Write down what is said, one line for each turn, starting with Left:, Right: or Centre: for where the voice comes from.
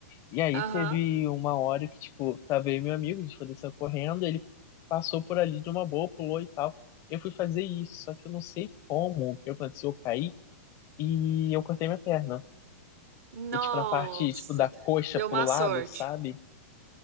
Left: E aí
Right: Aham.
Left: teve uma hora que, tipo, tava aí meu amigo, a gente foi descer correndo, ele passou por ali de uma boa, pulou e tal. Eu fui fazer isso, só que eu não sei como, o que aconteceu, eu caí e eu cortei minha perna.
Right: Nossa,
Left: E, tipo, na parte, tipo, da coxa
Right: deu uma
Left: pro lado,
Right: sorte.
Left: sabe?